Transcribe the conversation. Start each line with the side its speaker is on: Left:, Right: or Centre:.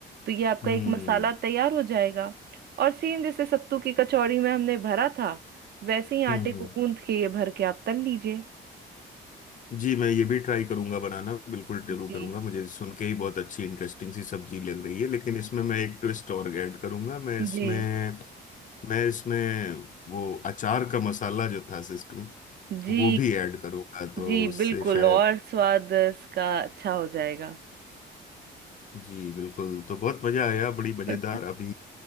Right: तो ये आपका
Left: हम्म
Right: एक मसाला तैयार हो जाएगा और सेम जैसे सत्तू की कचौड़ी में हमने भरा था वैसे ही
Left: हम्म
Right: आटे को
Left: हम्म
Right: गूंथ के ये भर के आप तल लीजिए
Left: जी मैं ये भी ट्राई करूंगा बनाना बिल्कुल जरूर
Right: जी
Left: करूंगा मुझे सुन के ही बहुत अच्छी इंटरेस्टिंग सी सब्जी लग रही है लेकिन इसमें मैं एक ट्विस्ट और ऐड करूंगा मैं इसमें
Right: जी
Left: मैं इसमें वो अचार का मसाला जो था सिस्टम
Right: जी
Left: वो भी ऐड करूंगा तो
Right: जी
Left: उससे
Right: बिल्कुल
Left: शायद
Right: और स्वाद इसका अच्छा हो जाएगा
Left: जी बिल्कुल तो बहुत मजा आया बड़ी मजेदार
Right: <laughs>
Left: अभी